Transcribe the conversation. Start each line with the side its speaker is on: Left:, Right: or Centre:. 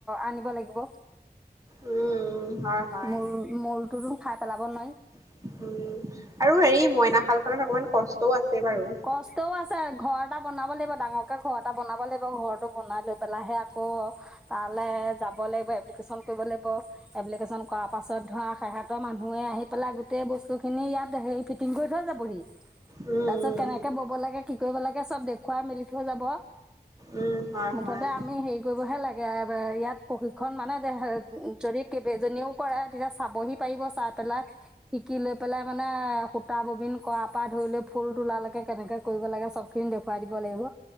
Centre: আনিব লাগিব।
Right: উম, হয় হয়।
Centre: মূল, মূল। খাই পেলাব নোৱাৰি।
Right: উম! আৰু হেৰি মইনা শাল খনত অকমান কষ্টও আছে। বাৰু।
Centre: কষ্টও আছে, ঘৰত। এটা বনাব লাগিব ডাঙৰকে, ঘৰ এটা বনাব লাগিব ঘৰটো বনাই লৈ পেলাইহে আকৌ তালৈ যাব লাগিব। এপ্লিকেশ্যন কৰিব লাগিব এপ্লিকেশ্যন কৰা পাছত ধৰা সেহঁতৰ মানুহে আহি পেলাই গোটেই বস্তুখিনি ইয়াত হেৰি ফিটিং কৰি থৈ যাবহি।
Right: উম
Centre: তাৰ পিছত। কেনেকে
Right: উম
Centre: বব লাগে, কি কৰিব লাগে চব দেখুৱাই মেলি থৈ যাব।
Right: উম হয়
Centre: মুঠতে
Right: হয়
Centre: আমি হেৰি। কৰিবহে লাগে ইয়াত প্ৰশিক্ষণ মানে দে যদি কেইবাজনীও কৰে, তেতিয়া চাবহি পাৰিব। চাই পেলাই শিকি লৈ পেলাই মানে সূতা ববিন কৰা পৰা ধৰি লৈ ফুল তোলা লৈকে। কেনেকে কৰিব লাগে চব খিনি দেখুৱাই দিব লাগিব।